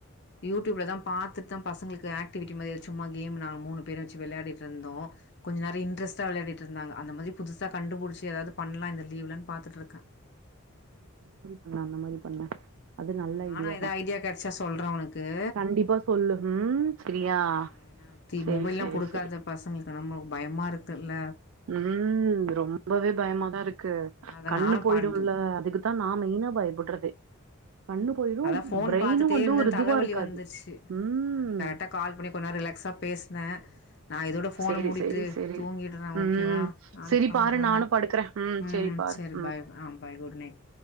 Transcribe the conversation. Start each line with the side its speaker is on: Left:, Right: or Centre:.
Left: யூடியூப்லதான் பாத்துட்டு தான் பசங்களுக்கு ஆக்டிவிட்டிமாதிரிது சும்ம கேம் நாங்க மூணு பேரும் வச்சு விளாடிட்டுருந்தோம் கொஞ்ச நேர இன்டரஸ்டா விளையாட்டு இருந்தாங்க அந்த மாதிரி புதுசா கண்டுபிடிச்சி ஏதாவது பண்லா இந்த லீவ்லன் பாத்துட்டு இருக்கேன்
Right: உம் அந்த மாதிரி பண்ணலாம் அந்த பண்ண அது
Left: உம்
Right: நல்ல
Left: நானா ஏத
Right: தா
Left: ஐடியா கிடைச்சா சொல்ர உனக் <unintelligible>
Right: கண்டிப்பா சொல்லு ம் சரியா
Left: ஆ ஏா
Right: சரி
Left: மொபைல்லாம்
Right: சரி
Left: கொடுக்காத
Right: சரி
Left: பசங்களுக்கு நம்ம பயமா இருக்கு துல்ல
Right: உம் ரொம்பவே பயமாதான் இருக்கு
Left: அத
Right: கண்ணு
Left: நானு
Right: போயிடும்ல
Left: பாடு
Right: அதுக்குதான் நான் மெயினா பயப்படுறதே கண்ணு போயிடு
Left: அதான் போன்
Right: பிரெயினு
Left: பார்த்துட்டே
Right: வந்து
Left: இருந்தேன்
Right: ஒரு இதுவா
Left: தலைவலி
Right: இருக்காது
Left: வந்துருச்சு
Right: ம்
Left: நீ கரெக்டா கால் பண்ணி கொஞ்ச ரிலாக்ஸா பேச ன் நான் இதோட போனை
Right: சேரி
Left: முடிட்டு
Right: சேரி சேரி
Left: தூங்கிடுறேன்
Right: ம்
Left: ஓகேவா நாளைக்கு
Right: செரி
Left: பண்றேன்
Right: பாரு நானு படுக்கறே ம்
Left: உம்
Right: சேரி பாரு
Left: சரி
Right: ம்
Left: பாய் ஆ பாய் குட் நைட்